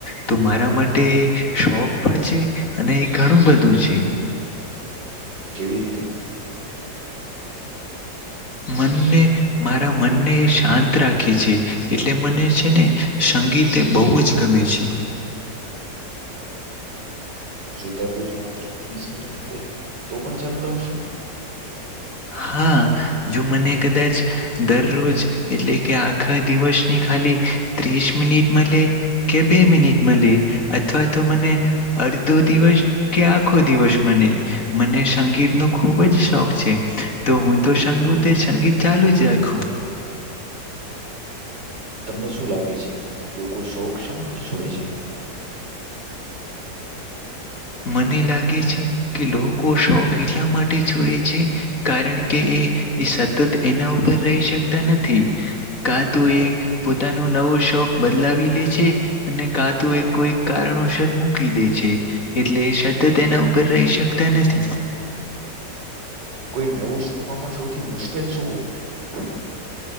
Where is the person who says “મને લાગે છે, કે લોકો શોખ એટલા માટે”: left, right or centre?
Left